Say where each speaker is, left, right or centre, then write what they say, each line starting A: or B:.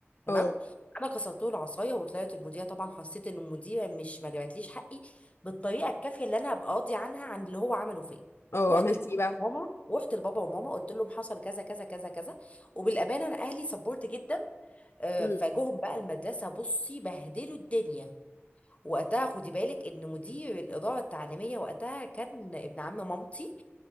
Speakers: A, on the left; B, on the left.
A: تمام
B: اه
A: انا كسرت له العصايه وطلعت المذيعه طبعا حسيت ان المذيعه مش ما جابتليش حقي بالطريقه الكافيه اللي انا هبقى قاضي عنها عن اللي هو عمله فيا
B: اه
A: رحت
B: عملت
A: لبابا
B: ايه بقى
A: وماما رحت لبابا وماما قلت لهم حصل كذا كذا كذا كذا وبالامانه انا اهلي سبورت جدا آه،
B: امم
A: فجوهم بقى المدرسه بصي بهدلوا الدنيا وقتها خدي بالك ان مدير الاداره التعليميه وقتها كان ابن عم مامتي